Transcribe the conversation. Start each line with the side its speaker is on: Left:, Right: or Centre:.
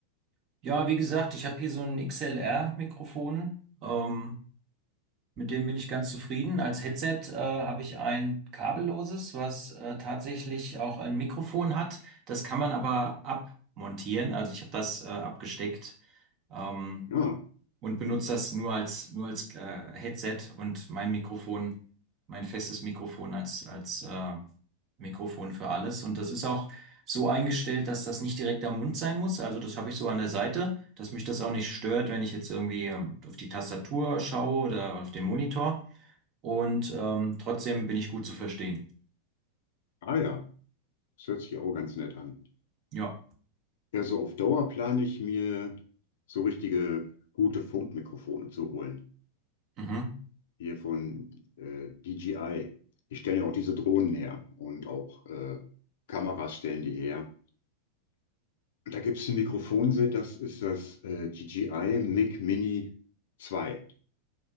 Right: Ja, wie gesagt, ich habe hier so ein XLR-Mikrofon. Ähm, mit dem bin ich ganz zufrieden. Als Headset äh, habe ich ein kabelloses, was äh, tatsächlich auch ein Mikrofon hat. Das kann man aber abmontieren. Also ich habe das äh, abgesteckt. Ähm,
Left: Ja,
Right: und benutze das nur als, nur als äh, Headset und mein Mikrofon, mein festes Mikrofon als, als äh, Mikrofon für alles. Und das ist auch so eingestellt, dass das nicht direkt am Mund sein muss. Also das habe ich so an der Seite, dass mich das auch nicht stört, wenn ich jetzt irgendwie ähm, auf die Tastatur schaue oder auf den Monitor. Und ähm, trotzdem bin ich gut zu verstehen.
Left: ah ja, das hört sich auch ganz nett an.
Right: Ja.
Left: Ja, so auf Dauer plane ich mir so richtige gute Funkmikrofone zu holen.
Right: Mhm.
Left: Hier von äh, DJI. Die stellen ja auch diese Drohnen her und auch äh, Kameras stellen die her. Und da gibt es ein Mikrofonset, das ist das äh, DJI Mic Mini zwei.